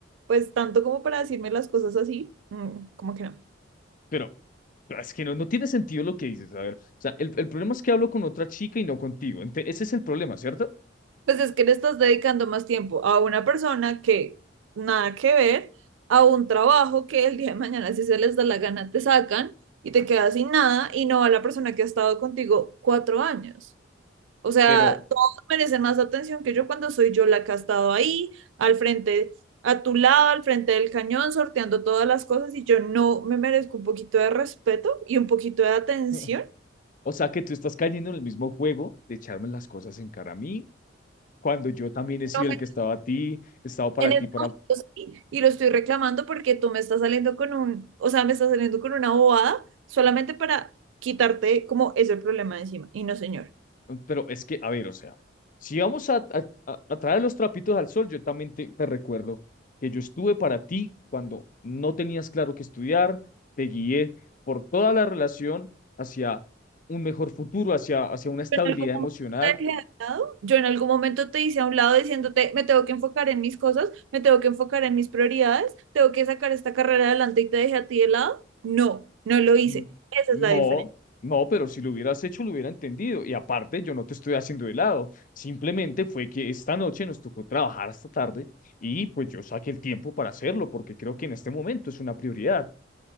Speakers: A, on the right; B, on the left.
A: pues tanto como para decirme las cosas así, mm, como que no.
B: pero pero es que no, no tiene sentido lo que dices. A ver, o sea, el, el problema es que hablo con otra chica y no contigo. Ente- ese es el problema, ¿cierto?
A: pues es que le estás dedicando más tiempo a una persona que nada que ver, a un trabajo que el día de mañana, si se les da la gana, te sacan y te quedas sin nada y no a la persona que ha estado contigo cuatro años. O sea,
B: Pero,
A: todos merecen más atención que yo cuando soy yo la que ha estado ahí, al frente, a tu lado, al frente del cañón, sorteando todas las cosas y yo no me merezco un poquito de respeto y un poquito de atención.
B: <laughs> o sea, que tú estás cayendo en el mismo juego de echarme las cosas en cara a mí, cuando yo también he sido
A: No me
B: el que estaba a ti, he estado para
A: En este
B: ti, para
A: momento sí, y lo estoy reclamando porque tú me estás saliendo con un, o sea, me estás saliendo con una bobada solamente para quitarte como ese problema de encima. Y no, señor.
B: Pero es que, a ver, o sea, si vamos a, a- a- a traer los trapitos al sol, yo también te, te recuerdo que yo estuve para ti cuando no tenías claro qué estudiar, te guié por toda la relación hacia un mejor futuro, hacia, hacia una estabilidad
A: Yo en algún momento
B: emocional.
A: te dejé de lado, yo en algún momento te hice a un lado diciéndote, me tengo que enfocar en mis cosas, me tengo que enfocar en mis prioridades, tengo que sacar esta carrera adelante y te dejé a ti de lado. No, no lo hice.
B: Mm,
A: Esa
B: No,
A: es la diferencia.
B: no, pero si lo hubieras hecho, lo hubiera entendido. Y aparte, yo no te estoy haciendo de lado. Simplemente fue que esta noche nos tocó trabajar hasta tarde y pues yo saqué el tiempo para hacerlo porque creo que en este momento es una prioridad.